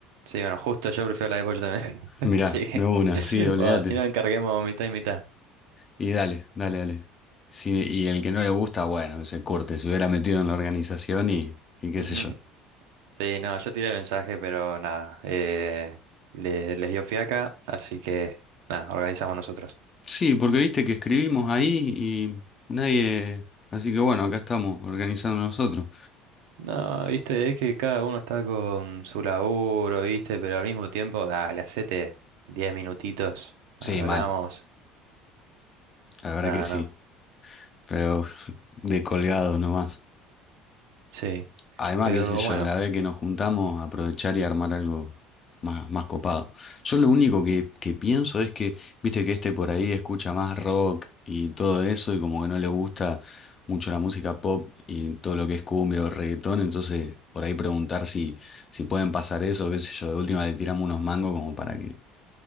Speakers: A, on the right; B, on the left.
A: Sí, bueno, justo yo prefiero la de pollo también. <laughs>
B: Mirá,
A: Así que,
B: de una,
A: <laughs>
B: sí, olvídate.
A: bueno, si nos encarguemos mitad y mitad.
B: Y dale, dale, dale. Sí, y el que no le gusta, bueno, que se corte, se hubiera metido en la organización y, y qué
A: Ujú.
B: sé yo.
A: Sí, no, yo tiré mensaje, pero nada, eh, le- les dio fiaca, así que nada, organizamos nosotros.
B: Sí, porque viste que escribimos ahí y nadie... Así que bueno, acá estamos organizando nosotros.
A: No, viste, es que cada uno está con su laburo, viste, pero al mismo tiempo, dale, hacete 10 minutitos,
B: Sí,
A: hablamos,
B: mal, la verdad
A: nada,
B: que sí,
A: no,
B: pero de colgados nomás.
A: sí,
B: Además,
A: pero
B: qué sé yo,
A: bueno,
B: la vez que nos juntamos, aprovechar y armar algo más, más copado. Yo lo único que, que pienso es que, viste que este por ahí escucha más rock y todo eso, y como que no le gusta mucho la música pop y todo lo que es cumbia o reggaetón, entonces por ahí preguntar si, si pueden pasar eso, qué sé yo, de última le tiramos unos mangos como para que,